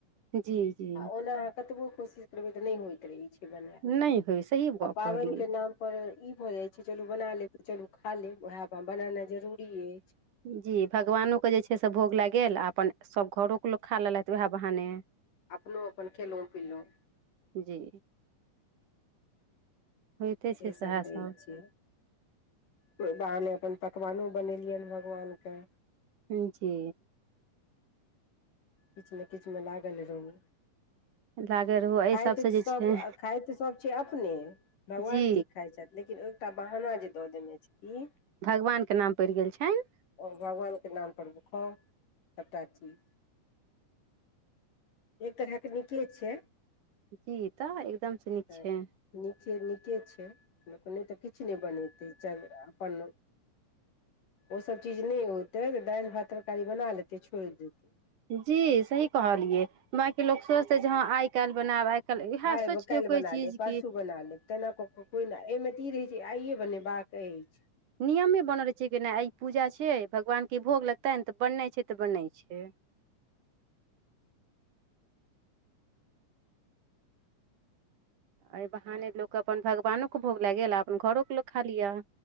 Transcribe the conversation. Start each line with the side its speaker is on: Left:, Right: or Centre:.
Right: जी जी
Left: आ ओना अहाँ कतबो कोशिश करबै तऽ नहि होइत रहै छै बनायल
Right: नहि होय सही गप
Left: आ पाबनिके
Right: कहलियै
Left: नाम ओ ई भऽ जाइ छै चलू बना लेब तऽ चलू खा लेब वएहमे बनेनाइ जरूरी अछि।
Right: जी भगवानो के जे छै से भोग लगि गेल आ अपन सब घरो लोक खा लेलथि उहे बहाने
Left: अपनो अपन खेलहुँ पिलहुँ
Right: जी होइते
Left: सेसभ
Right: छै सएह
Left: रहै
Right: सब
Left: छियै एहि बहाने अपन पकवानो बनेलियनि भगवानके
Right: जी
Left: किछु ने किछुमे लागल रहु
Right: लागे रहू एहि
Left: खाइ
Right: सबसँ
Left: तऽ सब
Right: जे छै
Left: खाइत तऽ सब छै अपने भगवान
Right: जी
Left: की खाइत छथि लेकिन एक एकटा बहाना जे दऽ देने छथिन
Right: भगवान के नाम पड़ि गेल छनि
Left: आ भगवानके नामपर भुखाउ सभटा चीज एक तरहके नीके छै
Right: जी तऽ एकदमसँ नीक
Left: तऽ
Right: छै
Left: नीके नीके छै लोक नहि तऽ किछु नहि बनेतै चलि अपन ओसभ चीज नहि होतै तऽ दालि भात तरकारी बना लेतै छोड़ि देतै
Right: जी सही कहलियै बाँकी लोक सोचतै जे हँ आइ काल्हि बनैब आइ काल्हि इएह
Left: आइ
Right: सोचि
Left: काल्हिबनाल
Right: लियौ कोइ चीज
Left: लेब परसू
Right: कि
Left: बना लेब तेना को कोइ नहि तऽ एहिमे तऽ ई रहै छै आइए बनेबाक अछि
Right: नियमे बनल रहै छै कि नहि आइ पूजा छियै भगवानके भोग लगतैनि तऽ बननाइ छै तऽ बनइ छै अइ बहाने लोक अपन भगवानोके भोग लगेलक आ अपन घरोके लोक खा लिय